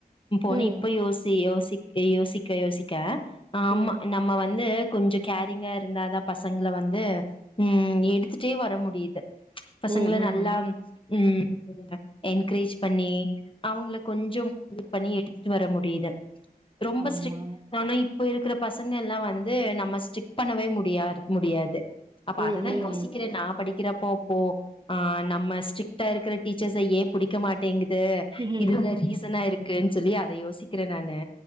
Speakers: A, on the left; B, on the right.
A: போனு
B: ம்
A: இப்ப யோசி யோசிக்க யோசிக்க யோசிக்க ஆமா
B: ம்
A: நம்ம வந்து கொஞ்ச கேரிங்கா இருந்தாதா பசங்கள வந்து ம் எடுத்துட்டே வர முடியிது பசங்கள
B: ம் ம்.
A: நல்லா ம் என்கரேஜ் பண்ணி அவுங்கள கொஞ்சம் இது பண்ணி எடுத்துட்டு வர முடியிது ரொம்ப
B: ஆமா
A: ஸ்ட்ரிக்டா இருந்தாலு இப் ப இருக்கிற பசங்க எல்லா வந்து நம்ம ஸ்டிக் பண்ணவே முடியாரு முடியாது அப்ப
B: ம்
A: அததா
B: ம்
A: யோசிக்கிறே நா படிக்கிறப்போப்போ ஆ நம்ம ஸ்ரிக்டா இருக்குற டீச்சர்ஸ ஏ புடிக்க மாட் டேங்குது
B: ம்
A: இதுல்ல ரீசனா இருக்குன் சொல்லி அத யோசிக்கிறே நானு